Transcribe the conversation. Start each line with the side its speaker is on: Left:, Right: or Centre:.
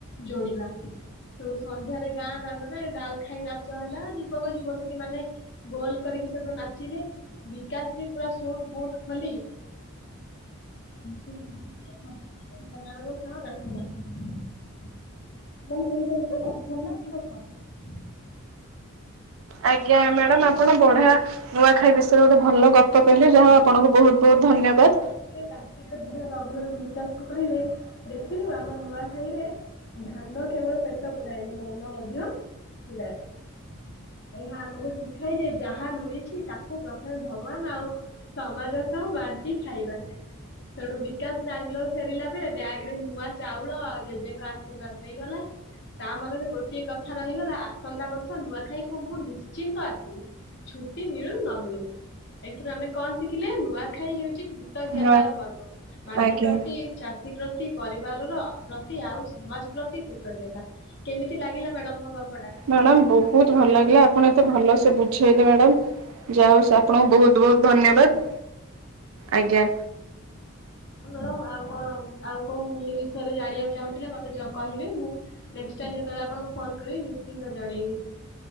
Left: ଯୋଡିବା। ସୋଉଠୁ ସନ୍ଧ୍ୟାରେ ଗାଁ ଦାଣ୍ଡରେ ଡାଲ ଖାଇ ନାଚ ହେଲା ଯୁବକ ଯୁବକତୀ ମାନେ ଗୋଲ କରିକି ସବୁ ନାଚିଲେ ବିକାଶ ବି ପୁରା ସୁଟ ବୁଟ ଖୋଲି ବାସିଲ <unintelligible>
Right: ଆଜ୍ଞା ମାଡାମ ଆପଣ ପଢା ନୂଆଖାଇ ବିଷୟରେ ଗୋଟେ ଭଲ ଗ କଣ କହିଲେ, ଯାହା
Left: ଆଜ୍ଞା।
Right: ହଉ ଆପଣଙ୍କୁ ବହୁତ ବହୁତ ଧନ୍ୟବାଦ।
Left: ତାପରେ ଶେଷରେ ରାତିରେ ବୁଢା ରଘୁନାଥ ବିକାଶ କ କହିଲେ ଦେଖିଲୁ ଆମ ନୂଆଖାଇରେ ଧାନ କେବଳ ପେଟ ପୁରାଏନି, ମନ ମଧ୍ୟ ପୁରାଇ। ଏହା ଆମକୁ ଶିଖା ଏ ଯେ ଯାହା ମିଳିଛି ତାକୁ ପ୍ରଥମେ ଭଗବାନ ଆଉ ସମାଜ ସହ ବାଣ୍ଟି ଖାଇବା। ସେଠୁ ବିକାଶ ବାଙ୍ଗାଲୋର ଫେରିଲା ବେଳେ ବ୍ୟାଗ ରେ ନୂଆ ଚାଉଳ ଆଉ ଜେଜେଙ୍କ ଆଶୀର୍ବାଦ ନେଇଗଲା ତା ମନରେ ଗୋଟିଏ କଥା ରହିଗଲା ଆସନ୍ତା ବର୍ଷ ନୂଆ ଖାଇକୁ ମୁଁ ନିଶ୍ଚିନ୍ତ ଆସିବି ଛୁଟି ମିଳୁ ନ ମିଳୁ। ଏଥିରୁ ଆମେ କଣ ଶିଖିଲେ ନୂଆଖାଇ ହେଉଛି ତ ଜ୍ଞାତାର
Right: ନୂଆ
Left: ପର୍ବ। ମାଟି
Right: ଆଜ୍ଞା
Left: ପ୍ରତି ଚାଷୀ ପ୍ର ପ୍ରତି ପରିବାରର ପ୍ରତି ଆଉ ସମାଜ ପ୍ରତି କୃତଜ୍ଞତା କେମିତି ଲାଗିଲା ମ୍ୟାଡମ ମୋ ଗପଟା?
Right: ମ୍ୟାଡାମ ବହୁତ ଭଲ ଲାଗିଲା। ଆପଣ ଏତେ ଭଲ ସେ ବୁଝ ବୁଝିଗଲି ମ୍ୟାଡ଼ାମ ଯା ହଉ ସ ଆପଣଙ୍କୁ ବହୁତ ବହୁତ ଧନ୍ୟବାଦ। ଆଜ୍ଞା।
Left: ହଁ ମାଡମ ଆଉ କଣ ଆଉ କୋଉ ଇ ବିଷୟରେ ଜାଣିବାକୁ ଚାହୁଁଥିଲେ ମତେ କହିବେ? ମୁଁ ନେଷ୍ଟ ଟାଇମିଂ ଯେତେବେଳେ ଆପଣଙ୍କୁ ଫୋନ କରିବି ନିଶ୍ଚିନ୍ତ ଜଣେଇବି।